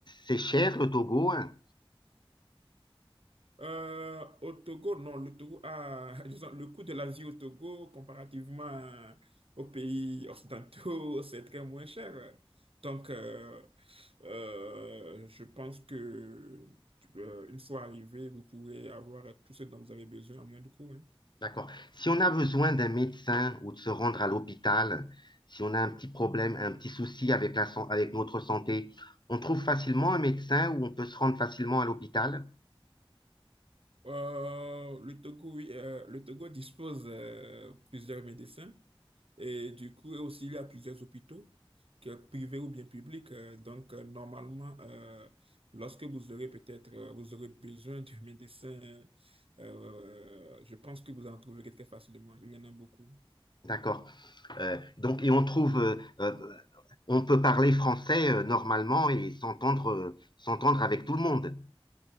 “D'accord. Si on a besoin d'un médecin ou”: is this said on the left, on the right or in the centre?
Left